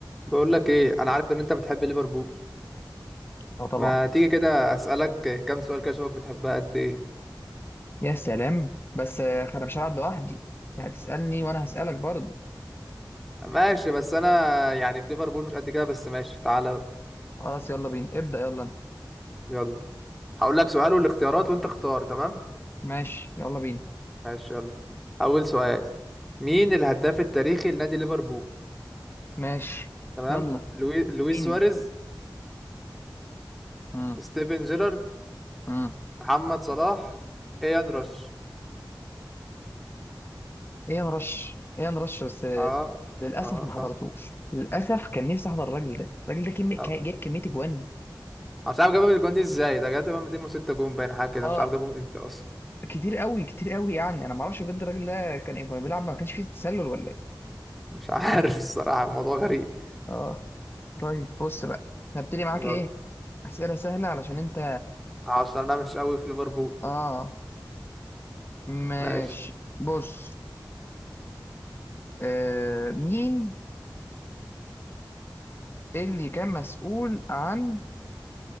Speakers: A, in the centre; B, on the left.
A: بقول لك ايه انا عارف ان انت بتحب ليفربول
B: اه طبعا
A: ما تيجي كده اسالك كام سؤال كده اشوفك بتحبها قد ايه
B: يا سلام بس آه، انا مش هلعب لوحدي انت هتسألني وانا هسألك برضه
A: ماشي بس انا يعني في ليفربول مش قد كده بس ماشي تعالى يلا
B: خلاص يلا بينا ابدأ يلا انت
A: يلا هقول لك سؤال والاختيارات وانت اختار تمام
B: ماشي يلا بينا
A: ماشي يلا اول سؤال مين الهداف التاريخي لنادي ليفربول
B: ماشي
A: تمام
B: يلا
A: لوي... لويس
B: اديني
A: سواريز
B: امم
A: ستيفن جيرارد
B: امم
A: محمد صلاح ايان روش
B: ايه نرش ايه نرش بس آه،
A: اه
B: للأسف
A: اه
B: ما
A: صح
B: حضرتوش
A: صح
B: للأسف كان نفسي احضر الراجل ده الراجل ده كم...
A: آه.
B: كا- جاب كمية اجوان
A: أنا مش عارف جابهم الجوان دي ازاي ده جاب تقريبا 206 جون باين حاجه كده
B: اه
A: مش عارف جابهم امتى اصلا
B: كتير قوي كتير قوي يعني انا ما اعرفش بجد الراجل ده كان إيه، كان بيلعب ما كانش فيه تسلل ولا ايه
A: مش عارف <laughs> الصراحة الموضوع غريب
B: اه طيب بص بقى هبتدي معاك
A: يلا
B: ايه أسئلة سهلة علشان انت
A: عشان انا مش قوي في ليفربول
B: اه ماشي
A: ماشي
B: بص آه مين اللي كان مسؤول عن